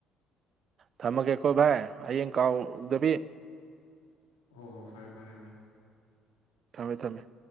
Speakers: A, on the right (about 45°); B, on the left (about 70°).
A: ꯊꯝꯃꯒꯦꯀꯣ ꯕꯥꯏ ꯑꯩꯌꯦꯡ ꯀꯥꯎꯗꯕꯤ
B: ꯑꯣ ꯍꯣ ꯐꯔꯦ ꯐꯔꯦ ꯚꯥꯏ
A: ꯊꯝꯃꯦ ꯊꯝꯃꯦ